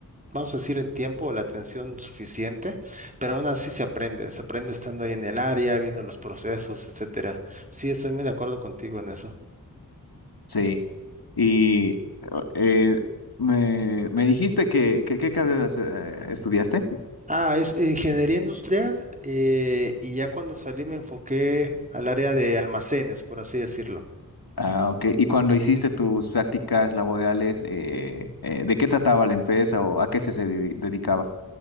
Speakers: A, on the right; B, on the left.
A: vamos a decir, el tiempo o la atención suficiente, pero aún así se aprende, se aprende estando ahí en el área, viendo los procesos, etcétera. Sí, estoy muy de acuerdo contigo en eso.
B: Sí. Y eh, me, me dijiste que, que- ¿qué carreras eh, estudiaste?
A: Ah, es ingeniería industrial eh, y ya cuando salí me enfoqué al área de almacenes, por así decirlo.
B: Ah, ok. Y cuando hiciste tus prácticas laborales, eh, eh, ¿de qué trataba la empresa o a qué se, se dedi- dedicaba?